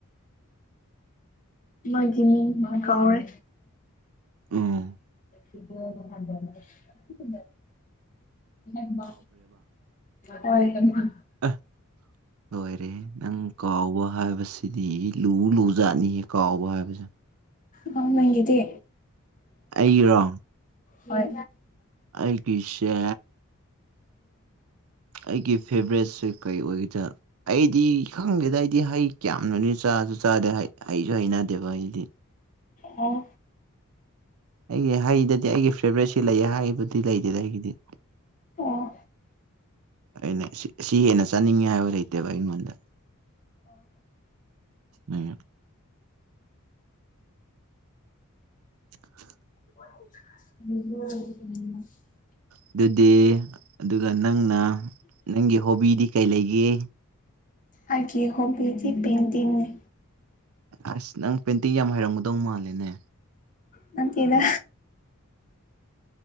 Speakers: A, on the left; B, on the right.
A: ꯃꯥꯒꯤꯅꯤ ꯃꯥ ꯀꯥꯎꯔꯦ
B: ꯎꯝ
A: ꯏꯗꯤ ꯀꯗꯔ ꯍ
B: ꯑ ꯂꯣꯏꯔꯦ ꯅꯪ ꯀꯥꯎꯕ ꯍꯥꯏꯕꯁꯦ ꯁꯤꯗꯤ ꯂꯨ ꯂꯨꯖꯥꯠꯅꯤꯍꯦ ꯀꯥꯎꯕ ꯍꯥꯏꯕꯁꯦ
A: ꯍ ꯅꯪꯒꯗꯤꯦ
B: ꯑꯩꯔꯣ
A: ꯍꯣꯏ
B: ꯑꯩꯒꯤ ꯁꯦ ꯑꯩꯒꯤ ꯐꯦꯕꯔꯦꯠꯁꯦ ꯀꯩ ꯑꯣꯏꯒꯦꯗ ꯑꯩꯗꯤ ꯈꯪꯒꯦꯗꯏꯗꯤ ꯍꯩ ꯀꯌꯥꯝꯅꯅꯤ ꯆꯥꯁꯨ ꯆꯥꯗꯦ ꯍꯩ ꯑꯩꯁꯨ ꯍꯩꯅꯗꯦꯕ ꯑꯩꯗꯤ
A: ꯑꯣ
B: ꯑꯩꯒꯤ ꯍꯩꯗꯗꯤ ꯑꯩꯒꯤ ꯐꯦꯕꯔꯥꯏꯠꯁꯤ ꯂꯩꯌꯦ ꯍꯥꯏꯕꯨꯗꯤ ꯂꯩꯗꯦꯗ ꯑꯩꯒꯤꯗꯤ
A: ꯑꯣ
B: ꯑꯅꯦ ꯁꯤ ꯍꯦꯟꯅ ꯆꯠꯅꯤꯡꯉꯦ ꯍꯥꯏꯕ ꯂꯩꯇꯦꯕꯚ ꯑꯩꯉꯣꯟꯗ ꯎ <unintelligible>
A: <unintelligible>
B: ꯑꯗꯨꯗꯤ ꯑꯗꯨꯒ ꯅꯪꯅ ꯅꯪꯒꯤ ꯍꯣꯕꯤꯗꯤ ꯀꯩ ꯂꯩꯒꯦ
A: ꯑꯩꯒꯤ ꯍꯣꯕꯤꯗꯤ ꯄꯦꯟꯟꯇꯤꯡꯅꯤ
B: ꯑꯁ ꯅꯪ ꯄꯦꯟꯇꯤꯡ ꯌꯥꯝ ꯍꯩꯔꯝꯒꯗꯧ ꯃꯥꯜꯂꯦꯅꯦ
A: ꯅꯠꯇꯗ